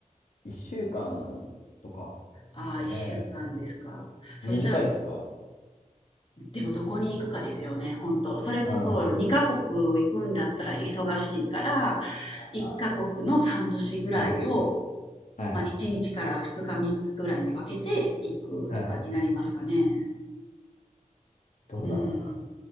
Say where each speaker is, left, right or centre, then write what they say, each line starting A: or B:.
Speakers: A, on the left; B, on the left.
A: う。1週間とかですかね。
B: ああ、1週間ですか。そしたらもう、
A: 短いですか
B: でもどこに行くかですよね、本当それこそ2カ国行くんだったら忙しいから、
A: うん。あ、
B: 1カ国の3都市ぐらいを、
A: はい。はい。
B: まあ、1日から2日、3日ぐらいに分けて行くとかになりますかね。
A: はい。どうだろうな。
B: うん。